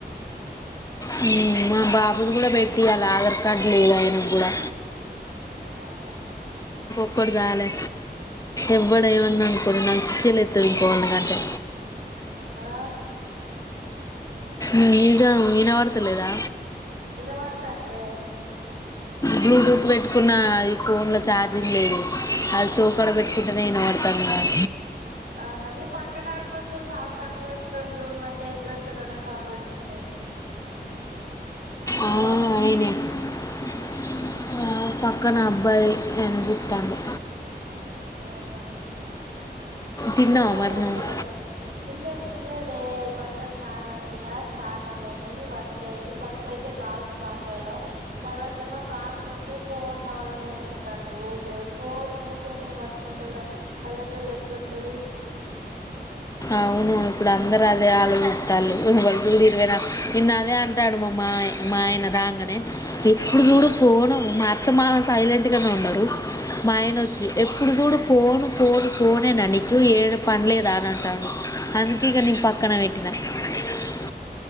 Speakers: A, on the left; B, on the right.
A: హు మా బాబుది కూడా పెట్టియాలి ఆధార్ కార్డు లేదు ఆయనకు కూడా
B: ఆహా
A: క్కడు తాగాలే ఎవ్వడేమన్న అనుకోని నాకు పిచ్చేలేత్తది ఇంకోగల్నికంటే
B: ఆ
A: నిజం వినపడుతలేదా
B: వినపడుతందే
A: బ్లూటూత్ పెట్టుకున్న ఈ ఫోన్ ల ఛార్జింగ్ లేదు అది చెవ్ కడ
B: నీ
A: పెట్టుకుంటేనే వినపడ్ అర్ధం కాలే
B: ఆహా నీ పక్కన కొంచం సౌండ్ తక్కు క్కువ పెట్టుకొని చూడుమంటే గంతగానం సౌండ్ పెట్టుకున్నది
A: ఆ
B: ఫోను
A: అయినే <inaudible> ఆ పక్కన భై ఎం చూతండు
B: ఆహా
A: తిన్నావా
B: రి సౌండ్
A: మరి
B: లెక్కల
A: నువ్వు
B: అత్ ఇంకా తిన్లేదు అే బట్టలు నానబెట్టినా స్నానాలు అయినాయి వంట అయింది ఫస్ట్ అయితే కాల్స్ మాట్లాడదాం తర్వాత మ బాబులోతే ఫోన్ కావాలని ఏడుతండు ఊకే ఫోన్ ఊకే నేను మట్టుకుంటే కూడా పల్లెటూల్ల ఎట్లు ట్టది
A: అవును ఇప్పుడు అందరుఅదే ఆలోచిస్తాళ్ళు <unintelligible> నిన్న అదే అంటాడు మా మాయ మా ఆయన రాంగనే ఎప్పుడు చూడు
B: ఆ
A: ఫోను మా మా సైలెంట్గానే ఉన్నారు మాయన వచ్చి ఎప్పుడు చూడు ఫోను ఫోన్ ఫోనేనా నీకు ఏడ పనిలేదా అని అంటాడు బా అందుకే ఇగ నేను పక్కన పెట్టిన అ